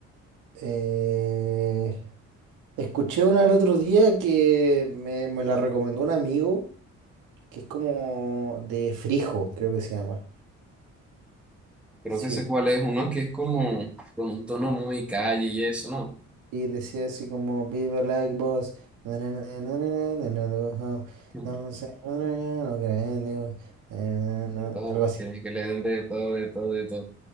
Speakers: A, on the right (about 90°); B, in the centre.
A: Eh, escuché una el otro día que me, me la recomendó un amigo, que es como de Frijo, creo que se llama.
B: Creo
A: Sí.
B: que sé cuál es. Uno que es como con un tono muy calle y eso, ¿no?
A: Y decía así como, Viva like boss. na, na, na, na, na, na, na, na,
B: <laughs>
A: na, No sé, na, na, na, no creen, digo, eh, na, na,
B: De todo,
A: algo así.
B: tienes que le den de todo, de todo, de todo.